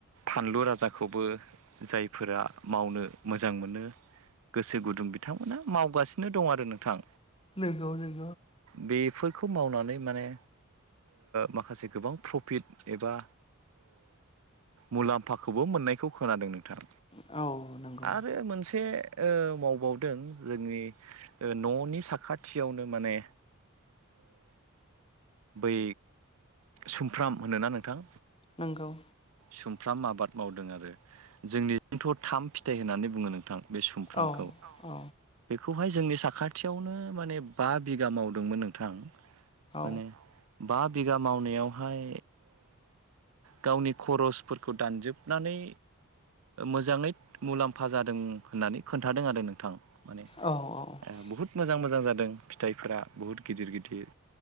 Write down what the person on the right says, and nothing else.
फानलु राजाखौबो जायफोरा मावनो मोजां मोनो गोसो गुदुं बिथांमोना मावगासिनो दं आरो नोंथां
बेफोरखौ मावनानै माने माखासे गोबां प्रफिट एबा मुलाम्फाखौबो मोननायखौ खोनादों नोंथां
आरो मोनसे मावबावदों जोंनि न'नि साखाथियावनो माने बै सुमफ्राम होनोना नोंथां
सुमफ्राम आबाद मावदों आरो जोंनिथिं थ थाम फिथाइ होननानै बुङो नोंथां बे सुमफ्रामखौ
बेखौहाय जोंनि साखाथियावनो मे बा बिघा मावदोंमोन नोंथां
माने बिगा मावनायावहाय गावनि खरसफोरखौ दानजोबनानै मोजाङै मुलाम्फा जादों होननानै खोन्थादों आरो नोंथां माने
बहुद मोजां मोजां जादों फिथाइफोरा बहुत गिदिर गिदिर